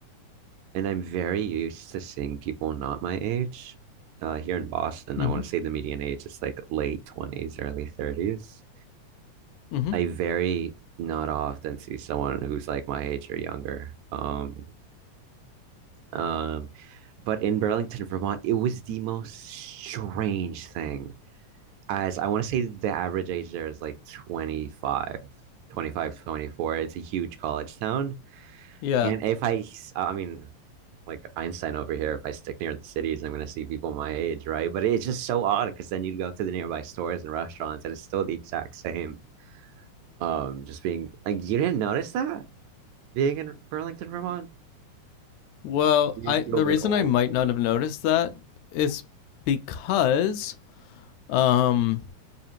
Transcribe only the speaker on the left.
mm
mhm
Mm-hmm.
yeah
well
i
the
reason
i might not have noticed that is because um